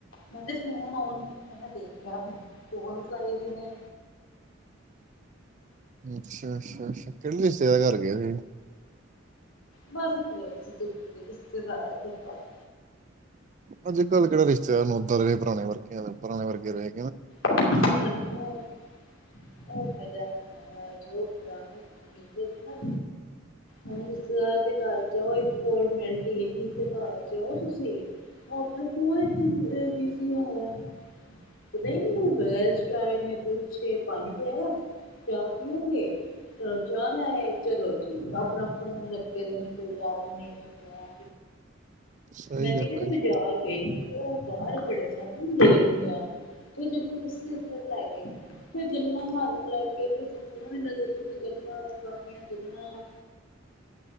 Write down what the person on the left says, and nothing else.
ਮੈਂ ਤੇ। ਫੋਨ ਔਨ ਕੀਤਾ ਮੈਂ ਦੇਖਿਆ ਕੋਲਜ ਆਏ ਹੋਏ ਨੇ।
ਬਸ ਗਏ ਸੀ ਦੂਰ ਦੇ ਰਿਸ਼ਤੇਦਾਰਾਂ ਦੇ ਘਰ।
ਸਾਨੂੰ ਉਹ ਮੈਂ ਜਾਂਦੀ ਜੋ ਪੁਰਾਣੇ ਮਿਲਦੇ ਸੀ ਨਾ। ਹਣ ਰਿਸ਼ਤੇਦਾਰ ਦੇ ਘਰ ਜਾਓ ਇੱਕ ਫੋਰਮੈਲਿਟੀ ਏ ਘਰ ਜਾਓ ਤੁਸੀਂ। ਉਹ ਆਪਣੇ ਫੋਨ ਵਿੱਚ ਬਿਜੀ ਹੈਗਾ। ਪਤਾ ਹੀ ਨਹੀਂ ਕੋ <inaudible> ਨੇ ਪੁੱਛੇ ਪਾਣੀ ਪਿਆਇਆ ਚਾਹ ਪੀਓਗੇ। ਚਲੋ ਚਾਹ ਲੈ ਆਏ ਚਲੋ ਜੀ ਆਪਣਾ ਫੋਨ ਲੱਗੇ ਦੇ ਨੇ ਕੋਈ ਗੱਲ ਨਹੀਂ ਕੋਈ ਬਾਤ ਨਹੀਂ।
ਮੈਂ ਤੇ
ਕਿਤੇ ਬਾਜ਼ਾਰ
ਗਈ ਸੀ ਤੇ ਉਹ ਬਾਹਰ ਖੜੇ ਸਨ ਉਹਨਾ ਦੇਖ ਲਿਆ ਉਹ ਜਬਰਦਸਤੀ ਅੰਦਰ ਲੈ ਗਏ। ਉੇ ਗੱਲਾਂ ਮਾਰਨ ਲੱਗ ਗਏ ਕੁਛ ਸੁਣਨ ਲੱਗੇ ਕੁਛ ਗੱਲਾਂ ਪੁਰਾਣੀਆਂ ਗੱਲਾਂ।